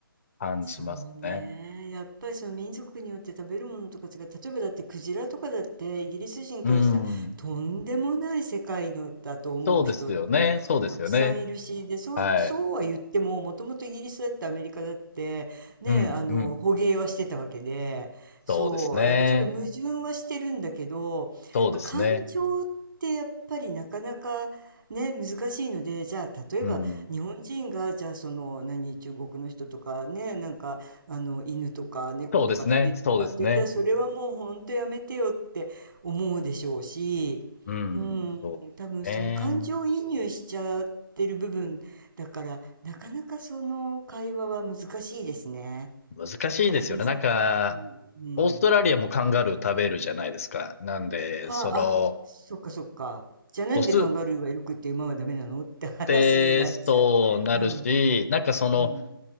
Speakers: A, on the left; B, on the right.
A: 感じますね。
B: そうね。やっぱりその民族によって食べるものとか違う。例えばだってクジラとかだってイギリス人からしたらとんでもない世界のだと思う人ってたくさんいるし、
A: うーん。そうですよね。そうですよね。
B: で、そう、
A: はい。
B: そうは言ってももともとイギリスだってアメリカだってね、
A: うん、
B: あの捕鯨はしてたわけで、
A: うん。
B: そう、
A: そうですね。
B: だからちょっと矛盾はしてるんだけど、
A: そうですね。
B: まあ、感情ってやっぱりなかなかね、難しいので、じゃあ例えば日本人がじゃあその何中国の人とかねなんかあの犬とか猫とか食べるとかって言ったらそれはもうほんとやめてよって思うでしょうし、
A: うん。そうですね。そうですね。うん。
B: うん、
A: そうですね。
B: 多分その感情移入しちゃってる部分だからなかなかその会話は難しいですね。
A: 難しいですよね。
B: 厳しい、
A: なんか、
B: 厳しい。うん。
A: オーストラリアもカンガルー食べるじゃないですか。なんで、
B: ああ、
A: その、
B: そっかそっか。じゃあなんでカンガルーはよくって馬はダメなのって話になっちゃ
A: ドスってそうなるし、
B: う。うん、
A: なんかその、
B: うん、